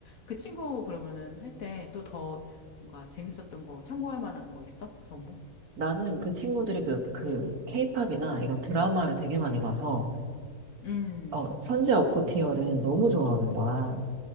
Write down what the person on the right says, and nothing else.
나는 그 친구들이 그, 그, 케이팝이나 이런 드라마를 되게 많이 봐서,
어, 선제 오코티어를 너무 좋아하는 거야.